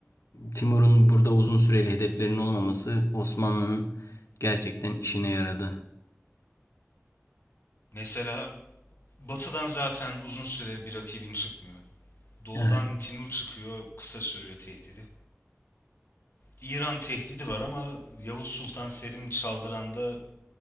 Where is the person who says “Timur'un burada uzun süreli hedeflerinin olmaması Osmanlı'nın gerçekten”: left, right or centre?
Left